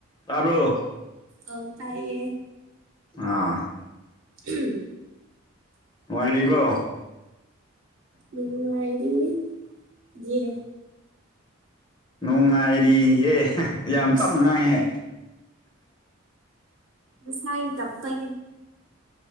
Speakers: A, on the left; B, on the right.
A: ꯇꯥꯕ꯭ꯔꯣ
B: ꯑꯧ ꯇꯥꯏꯌꯦ
A: ꯑ
B: ꯎꯝ
A: ꯋꯥꯟꯕ꯭ꯔꯣ
B: ꯅꯨꯡꯉꯥꯏꯔꯤꯌ‌ꯦ
A: ꯅꯨꯡꯉꯥꯏꯔꯤ ꯑꯦ ꯌꯥꯝ
B: ꯏꯁ
A: ꯇꯞꯅ ꯉꯥꯡꯍꯦ
B: ꯍꯁꯥꯏ ꯇꯞꯒꯦ